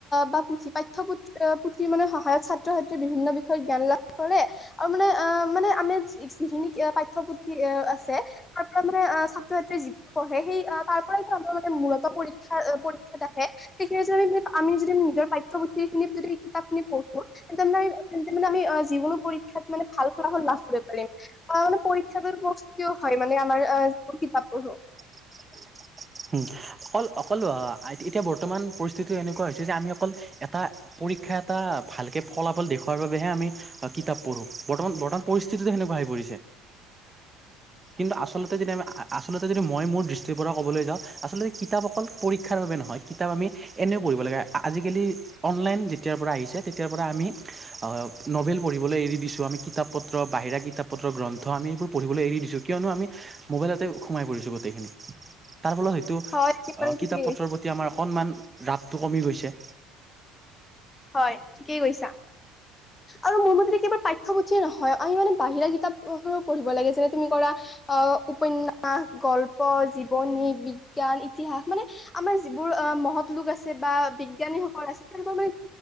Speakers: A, on the left; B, on the right.
A: বা পুথি, পাঠ্য পু- থিৰ মানে সহায়ত ছাত্ৰ-ছাত্ৰীয়ে বিভিন্ন বিষয়ত জ্ঞান লাভ কৰে আৰু মানে অ' মানে আমি যি, যিখিনি পাঠ্য-পুথি আছে তাৰ পৰা মানে অ' ছাত্ৰ-ছাত্ৰী যি পঢ়ে সে- ই তাৰ পৰা যে আমাৰ মানে মূলত পৰীক্ষাৰ পৰীক্ষাত আহে সেইখিনিত আমি যদি নিজৰ পা- ঠ্য পুথি খিনি যদি কিতাপ খিনি পঢ়ো তেন্তে মানে আমি অ' তেন্তে মানে আমি যিকোনো পৰীক্ষাত মানে ভাল ফলাফল লাভ কৰিব পাৰিম মানে পৰীক্ষা প্ৰস্তুতিও হয় মান আাৰ আহ কিতাপ পঢ়ো
B: <unintelligible> অকল অকল অ' আই, এতিয়া বৰ্তমান পৰিস্থিতিটো এনেকুৱা হৈছে যে আমি অকল এটা পৰীক্ষা এটা ভালকে ফলাফল দেখুওৱাৰ বাবেহে আমি কিতাপ পঢ়োঁ বৰ্তমান, বৰ্তমান পৰিস্থিতিটো সেনেকুৱা আহি পৰিছে। কিন্তু আচলতে যদি আমি আ' আচলতে যদি মই মোৰ দৃষ্টিৰ পৰা ক'বলৈ যাওঁ আচলে- কিতাপ অকল পৰীক্ষাৰ বাবে নহয় কিতাপ আমি এনেও পঢ়িব লাগে আজিকালি অনলাইন যেতিয়াৰ পৰা আহিছে তেতিয়াৰ পৰা আমি নভেল পঢ়িবলৈ এৰি দিছো আমি কিতাপ পত্ৰ, বাহিৰা কিতাপ পত্ৰ গ্ৰন্- ন্থ, আমি এইবোৰ পঢ়িবলৈ এৰি দিছোঁ কিয়নো আমি মোবাইলতে সোমাই পৰিছোঁ গোটেইখিনি তাৰ ফলত হয়তো
A: হয় একেবাৰে
B: আহ কিতাপ
A: ঠিকেই
B: পত্ৰৰ
A: কৈছা,
B: প্ৰতি আমাৰ অকনমান ৰাপটো কমি গৈছে।
A: হয় ঠিকেই কৈছা আৰু মোৰ ম'তে যে কিবা পা- ঠ্য-পুঠিয়ে নহয় আমি মানে বাহিৰা কিতাপ এখনো পঢ়িব লাগে যেনে তুমি কৰা অ' উপন্যাস, গল্প, জীৱনী, বিজ্ঞান, ইতিহাস মানে আমাৰ যিবোৰ মহৎ লোক আছে বা বিজ্ঞানীসকল আছে তেনেকা মানে,